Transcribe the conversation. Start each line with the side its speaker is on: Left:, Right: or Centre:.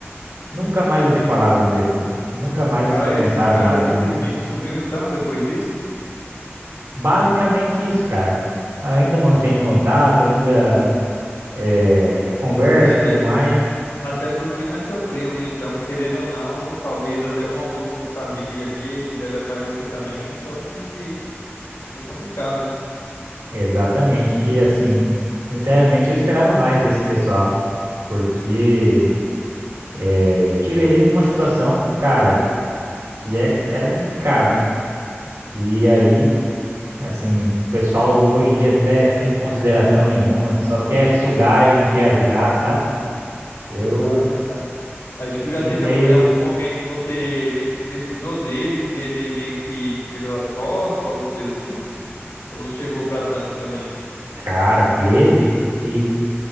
Right: nunca mais ouvi falar, vamos dizer assim. Nunca
Left: Rapaz,
Right: mais comentaram
Left: os caras
Right: nada
Left: simplesmente
Right: comigo.
Left: sumiu então depois disso?
Right: Basicamente isso, cara. Ainda mantenho contato, ainda eh, converso
Left: É, até,
Right: e tudo mais.
Left: até porque um é seu primo, né? Então, querendo ou não, talvez até um almoço de família ali, ele deve aparecer também, só que é complicado, né?
Right: Exatamente. E assim, sinceramente, eu esperava mais desse pessoal. Porque É, tirei eles de uma situação, cara, que é, era complicada. E aí, assim, o pessoal hoje em dia até sem consideração nenhuma, só quer sugar e não quer ajudar, sabe? Eu
Left: Exato, né, cara? Aí, tipo,
Right: me sinto
Left: já teve
Right: meio,
Left: algum, é, algum momento que você meio que precisou deles e ele meio que te virou as costas ou alguma coisa assim? Ou não chegou pra tanto também?
Right: cara, teve. E